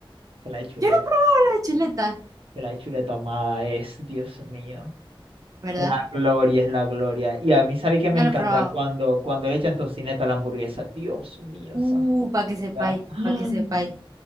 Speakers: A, on the right; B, on the right.
A: Que la de chuleta,
B: Yo no he probado la de chuleta,
A: que la de chuleta amada es, Dios mío.
B: ¿verdad?
A: La gloria es la gloria. Y a mí, ¿sabes que me
B: No
A: encanta?
B: la he probado.
A: Cuando, cuando le echan tocineta a la hamburguesa. Dios mío,
B: Uh,
A: santa.
B: para que sepáis,
A: El
B: para que sepáis.